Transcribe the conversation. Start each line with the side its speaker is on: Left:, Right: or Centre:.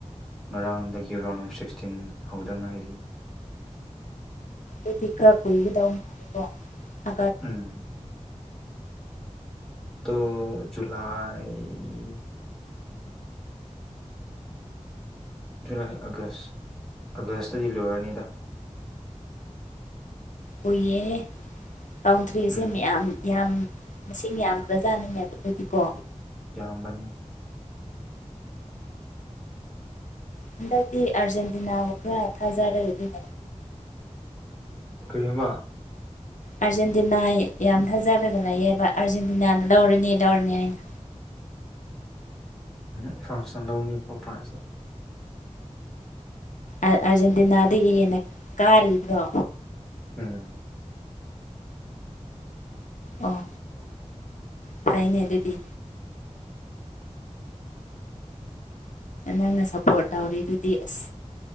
Centre: ꯉꯔꯥꯡꯗꯒꯤ ꯔꯥꯎꯟ ꯑꯣꯐ ꯁꯤꯛꯁꯇꯤꯟ ꯍꯧꯗ ꯉꯥꯏꯔꯤ
Left: ꯑꯗꯨꯗꯤ ꯈꯔ ꯀꯨꯏꯒꯗ ꯃꯥꯂꯦꯀꯣ ꯑ
Centre: ꯎꯝ ꯗ ꯖꯂꯥꯏ ꯖꯨꯂꯥꯏ ꯑꯥꯒꯁ ꯑꯥꯒꯁꯇꯗꯤ ꯂꯣꯏꯔꯅꯤꯗ
Left: ꯀꯏꯌꯦ ꯕꯥꯎꯟꯗ꯭ꯔꯤꯁꯦ
Centre: ꯎꯝ
Left: ꯃꯌꯥꯝ ꯌꯥꯝ ꯃꯁꯤꯡ ꯌꯥꯝꯈ꯭ꯔꯖꯥꯅꯅꯦꯕ ꯑꯗꯨꯗꯤꯀꯣ
Centre: ꯌꯥꯝꯕꯅꯦ
Left: ꯍꯟꯗꯛꯇꯤ ꯑꯥꯔꯖꯦꯟꯇꯤꯅꯥꯕꯨ ꯈꯔ ꯊꯥꯖꯥꯔꯒꯗꯤ
Centre: ꯀꯃ
Left: ꯑꯥꯔꯖꯦꯟꯇꯤꯅꯥ ꯌꯥꯝ ꯊꯥꯖꯔꯒ ꯂꯩꯑꯕ ꯑꯥꯔꯖꯦꯟꯇꯤꯅꯥꯅ ꯂꯧꯔꯅꯤ ꯂꯧꯔꯅꯤ ꯍꯥꯏꯅ
Centre: ꯎ ꯐ꯭ꯔꯥꯟꯁꯅ ꯂꯧꯅꯤꯕ ꯐ꯭ꯔꯥꯟꯁꯇ
Left: ꯑꯥꯔꯖꯦꯟꯇꯤꯅꯥꯗꯒꯤ ꯍꯦꯟꯅ ꯀꯥꯔꯤꯕ꯭ꯔꯣ
Centre: ꯎꯝ
Left: ꯑꯣ ꯐꯥꯏꯅꯦ ꯔꯦꯗꯤ ꯅꯪꯅ ꯁꯞꯄꯣꯔꯠ ꯇꯧꯔꯤ ꯑꯗꯨꯗꯤ ꯑꯁ